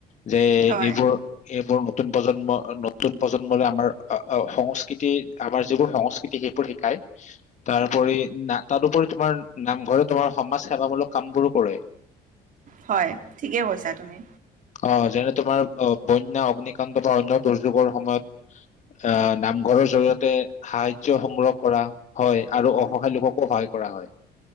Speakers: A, on the left; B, on the right.
A: যে
B: হয়
A: এইবোৰ-এইবোৰ নতুন প্ৰজন্ম নতুন প্ৰজন্মলৈ আমাৰ সংস্কৃতি আমাৰ যিবোৰ সংস্কৃতি সেইবোৰ শিকায়, তাৰোপৰি না, ‌ তাৰোপৰি তোমাৰ, নামঘৰত তোমাৰ, ‌ সমাজ সেৱাামূলক কাম বোৰো কৰে।
B: হয়, ঠিকেই কৈছা তুমি।
A: অ', যেনে তোমাৰ অ বন্য অগ্নিকাণ্ড বা অন্য দুৰ্যোগৰ সময়ত, অঁ নামঘৰৰ জৰিয়তে সাহাৰ্য সংগ্ৰহ কৰা হয়, ‌ আৰু অসহায় লোককো সহায় কৰা হয়।